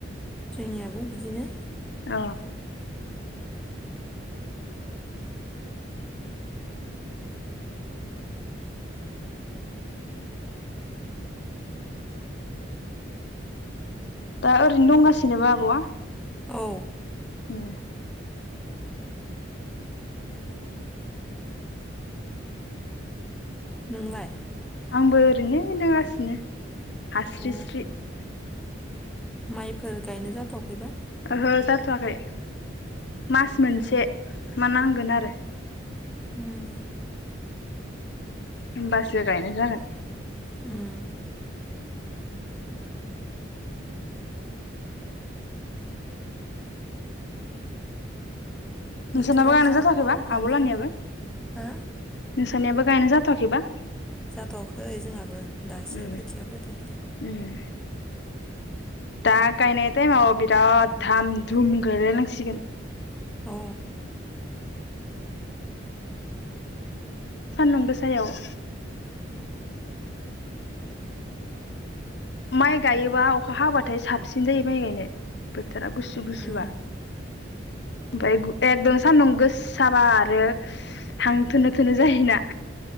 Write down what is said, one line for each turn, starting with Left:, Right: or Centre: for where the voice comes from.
Centre: जोंनियाबो बिदिनो
Left: अ दा ओरैनो दंगासिनोबा आब'आ?
Centre: औ
Left: उम
Centre: नोंलाय?
Left: आंबो ओरैनो दंगासिनो हास्रिस्रि
Centre: अ माइफोर गायनो जाथावाखैबा?
Left: ओहो जाथ'वाखै। मास मोनसे
Centre: उम
Left: मा नांगोन आरो
Centre: उम
Left: होमबासो गायनाय जागोन
Centre: उम
Left: नोंसानाबो
Centre: बोथोराबो
Left: गायनो
Centre: जा
Left: जाथ'वाखैबा
Centre: गरमखाना
Left: आब'लानियाबो
Centre: हो
Left: नोंसनियाबो गायनो जाथ'आखैबा?
Centre: जाथ'वाखै जोंहाबो दासो
Left: उम
Centre: खोथिया फोदो
Left: उम दा गायनाय टाइमाव बिराद धाम दुम गायलायनासिगोन‌।
Centre: औ
Left: सानदुं गोसायाव माइ गायोबा अखा हाबाथाय साबसिन जायो माइ गायनो बोथो रा गुसु गुसु बा।
Centre: औ
Left: ओमफाय एकदम सान्दुं गोसाबा आरो हांथोनो थोनो जायोना‌।